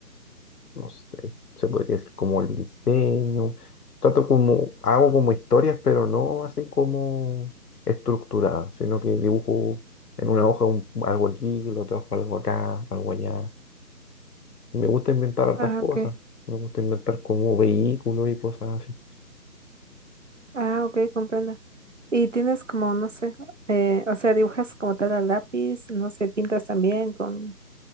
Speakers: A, on the left (about 70°); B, on the right (about 50°).
A: no sé, se podría decir como el diseño, trato como, hago como historias, pero no así como estructuradas, sino que dibujo en una hoja un- algo aquí, lo trabajo algo acá, algo allá. Y me gusta inventar hartas
B: Ah,
A: cosas,
B: ok.
A: me gusta inventar como vehículos y cosas así.
B: Ah, ok, comprendo. Y tienes como, no sé, eh, o sea, dibujas como tal a lápiz, no sé, pintas también con,